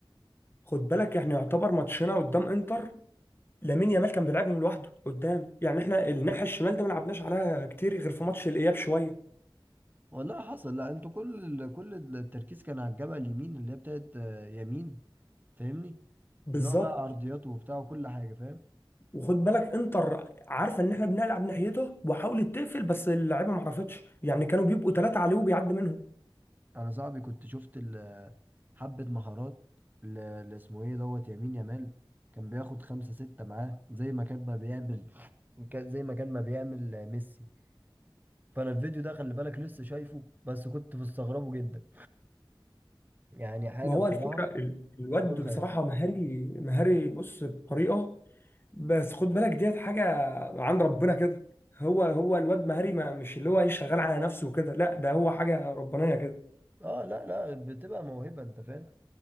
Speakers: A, on the left; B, on the right.
A: خد بالك احنا يعتبر ماتشنا قدام انتر لامين يامال كان بيلعبهم لوحده قدام يعني احنا الناحيه الشمال ده ما لعبناش عليها كتير غير في ماتش الاياب شويه
B: والله حصل لا انتوا كل ال- كل التركيز كان على الجبهة اليمين اللي هي بتاعت آه، يمين فاهمني
A: بالظبط
B: اللي هو بقى عرضياته وبتاع وكل حاجة فاهم
A: وخد بالك انتر عارفه ان احنا بنلعب ناحيته وحاولت تقفل بس اللعيبه ما عرفتش يعني كانوا بيبقوا ثلاثه عليه وبيعدي منهم
B: انا صاحبي كنت شفت ال- حبة مهارات اللي اسمه ايه دوت يمين يامال كان بياخد خمسة ستة معاه زي ما كان ما بيعمل كان زي ما كان ما بيعمل ميسي فانا الفيديو ده خلي بالك لسه شايفه بس كنت مستغربه جدا يعني حاجة
A: ما هو
B: بصراحة
A: الفكره ال- الواد
B: فوق الخيال
A: بصراحه مهاري مهاري بص بطريقه بس خد بالك ديت حاجه عند ربنا كده هو هو الواد مهاري ما مش اللي هو ايه شغال على نفسه وكده لا ده هو حاجه ربانيه كده
B: اه لا لا بتبقى موهبة انت فاهم